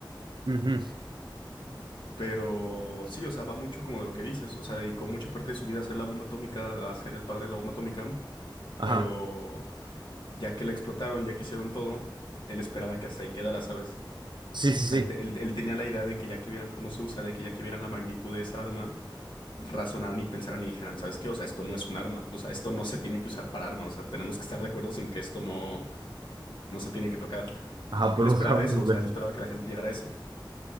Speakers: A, on the right; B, on the left.
A: Ujú.
B: Pero sí, o sea, va mucho como de lo que dices, o sea, dedicó mucha parte de su vida a hacer la bomba atómica, a ser el padre de la bomba atómica,
A: Ajá.
B: pero ya que la explotaron, ya que hicieron todo, él esperaba que hasta ahí quedara, ¿sabes?
A: Sí, sí,
B: O
A: sí.
B: sea, él, te- él él tenía la idea de que ya que vieran cómo se usa, de que ya que vieran la magnitud de esa arma. razonaran y pensaran y dijeran, ¿sabes qué? O sea, esto no es un arma, o sea, esto no se tiene que usar para arma, o sea, tenemos que estar de acuerdo en que esto no, no se tiene que tocar.
A: Ajá,
B: Él
A: pues
B: esperaba
A: lo buscaron
B: eso,
A: dos
B: o
A: veces.
B: sea, él esperaba que la gente llegara a eso,